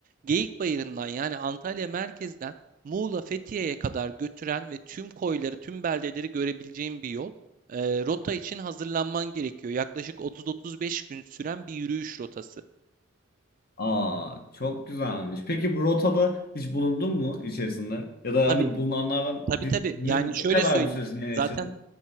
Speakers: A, on the right; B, on the left.
A: Geyikbayırı'ndan yani Antalya merkezden Muğla Fethiye'ye kadar götüren ve tüm koyları, tüm beldeleri görebileceğin bir yol. Ee, rota için hazırlanman gerekiyor. Yaklaşık 30-35 gün süren bir yürüyüş rotası.
B: Aa, çok güzelmiş. Peki bu rotada hiç bulundun mu içerisinde? Ya da
A: Tabii,
B: hani bulunanlardan
A: tabii
B: di-
A: tabii.
B: ne,
A: Yani şöyle
B: ne kadar
A: söyleyeyim.
B: bir süresini yaşadın?
A: Zaten